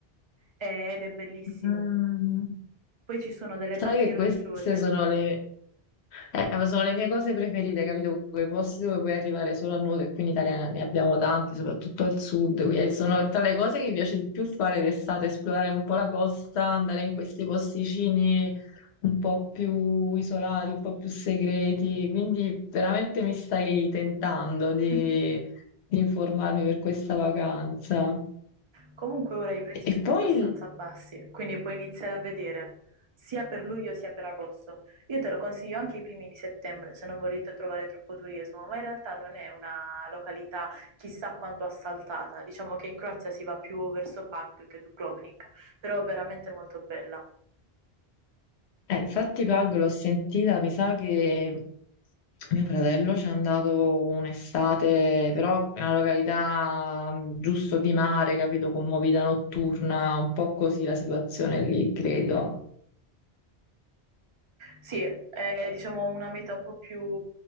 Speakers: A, on the right; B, on the left.
A: eh, ed è bellissimo.
B: Mm,
A: Poi ci sono delle
B: Sai
A: parti
B: che
A: rocciose.
B: queste sono le, Eh, ma sono le mie cose preferite, capito? Quei posti dove puoi arrivare solo a nuoto e qui in Italia ne abbiamo tanti, soprattutto al sud. Quindi sono tra le cose che mi piace di più fare d'estate, esplorare un po' la costa, andare in questi posticini un po' più isolati, un po' più segreti. Quindi veramente mi stai tentando di,
A: <laughs>
B: di informarmi per questa vacanza.
A: Comunque ora i prezzi
B: E
A: sono
B: e poi
A: abbastanza bassi, quindi puoi iniziare a vedere sia per luglio sia per agosto. Io te lo consiglio anche i primi di settembre se non volete trovare troppo turismo, ma in realtà non è una località chissà quanto assaltata. Diciamo che in Croazia si va più verso Pag che Dubrovnik, però è veramente molto bella.
B: Eh, infatti Paolo l'ho sentita, mi sa che mio fratello ci è andato un'estate, però è una località mh, giusto di mare, capito, con movida notturna, un po' così la situazione lì, credo.
A: Sì, è diciamo una meta un po' più